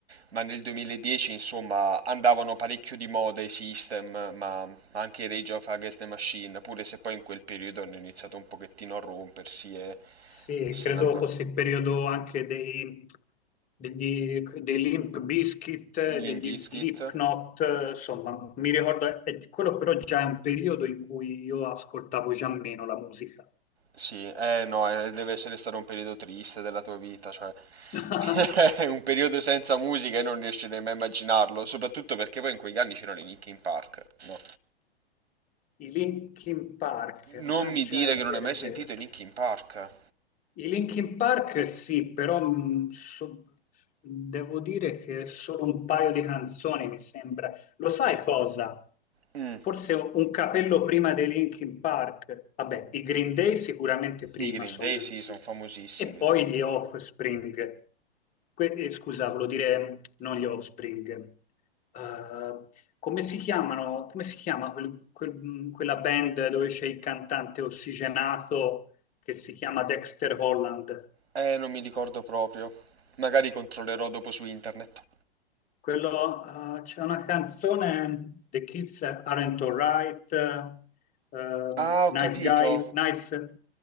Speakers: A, on the right; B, on the left.
A: ma nel 2010, insomma, andavano parecchio di moda i System, ma anche Rage of Against the Machine, pure se poi in quel periodo hanno iniziato un pochettino a rompersi e,
B: sì,
A: e se
B: credo
A: ne andò
B: fosse il periodo anche dei, degli, dei Limp Bizkit, eh,
A: Limp
B: degli
A: Bizkit.
B: Slipknot, eh, insomma, mi ricordo, eh, quello però già è un periodo in cui io ascoltavo già meno la musica.
A: Sì, eh no, eh, deve essere stato un periodo triste della tua vita, cioè
B: <laughs>
A: <laughs> è un periodo senza musica e non riesci nemmeno a immaginarlo, soprattutto perché poi in quegli anni c'erano i Linkin Park. No.
B: I Linkin Park,
A: Non
B: ah
A: mi
B: già
A: dire
B: è
A: che non
B: vero,
A: hai mai
B: è vero.
A: sentito i Linkin Park.
B: I Linkin Park sì, però mh, so- devo dire che solo un paio di canzoni mi sembra. Lo sai cosa?
A: Mm,
B: Forse un un capello prima dei Linkin Park. Vabbè, i Green Day sicuramente prima
A: I Green
B: sono
A: Day
B: venuti.
A: sì, sono famosissimi.
B: E poi gli Offspring. Que- eh, scusa, volevo dire non gli Offspring. Eh, come si chiamano? Come si chiama quel- quel- mh, quella band dove c'è il cantante ossigenato? che si chiama Dexter Holland.
A: Eh, non mi ricordo proprio. Magari controllerò dopo su internet.
B: Quello, eh, c'è una canzone, The Kids Aren't Alright, eh, ehm,
A: Ah, ho
B: Nice
A: capito.
B: Guy, Nice,